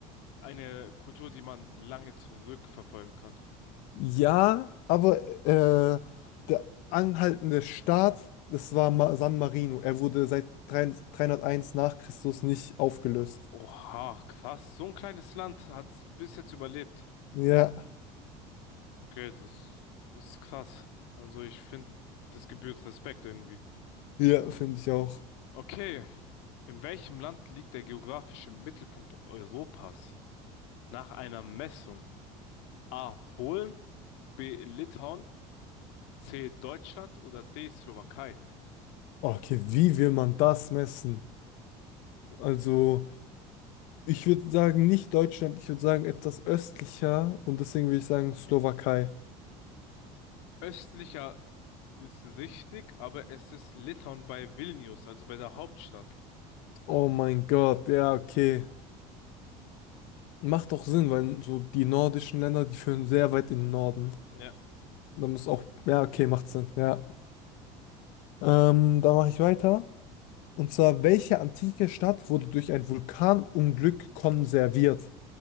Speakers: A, on the left (about 90°); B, on the left (about 65°).
A: eine Kultur, die man lange zurückverfolgen kann.
B: Ja, aber äh, der anhaltende Staat, das war Ma San Marino. Er wurde seit 3 nach Christus nicht aufgelöst.
A: Oha, krass. So ein kleines Land hat's bis jetzt überlebt.
B: Ja,
A: Okay, das ist krass. Also ich finde, das gebührt Respekt irgendwie.
B: ja, finde ich auch.
A: Okay, in welchem Land liegt der geografische Mittelpunkt Europas? Nach einer Messung. A. Polen, B. Litauen, C. Deutschland oder D. Slowakei?
B: Okay, wie will man das messen? Also, ich würde sagen, nicht Deutschland, ich würde sagen, etwas östlicher und deswegen würde ich sagen Slowakei.
A: Östlicher ist richtig, aber es ist Litauen bei Vilnius, also bei der Hauptstadt.
B: Oh mein Gott, ja, okay. Macht doch Sinn, weil so die nordischen Länder, die führen sehr weit in den Norden.
A: Ja.
B: Da muss auch, ja, okay, macht Sinn, ja. Ähm, da mache ich weiter. Und zwar, welche antike Stadt wurde durch ein Vulkanunglück konserviert?